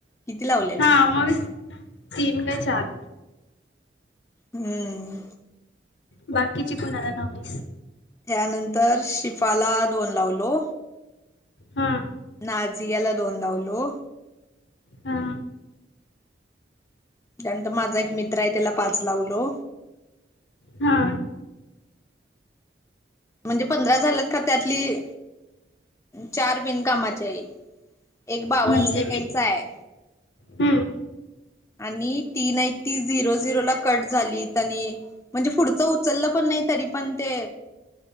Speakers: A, on the left (about 15°); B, on the left (about 80°).
A: किती लावलेलो.
B: हा मग तीन काय चार‌.
A: हम्म!
B: बाकीची कोणाला लवलीस‌?
A: त्यानंतर शिफाला दोन लावलो,
B: हा.
A: नाझियाला दोन लावलो,
B: हा.
A: त्यानंतर माझा एक मित्र आहे त्याला पाच लावलो.
B: हा.
A: म्हणजे पंधरा झालं का त्यातली चार बिनकामाची आहित. एक बावन्न
B: म्हणजे
A: सेकंडचा
B: बी
A: आहे.
B: हम्म
A: आणि तीन आहीत ती झिरो झिरो ला कट झाली आणि म्हणजे पुढचं उचललं पण नाही तरी पण ते,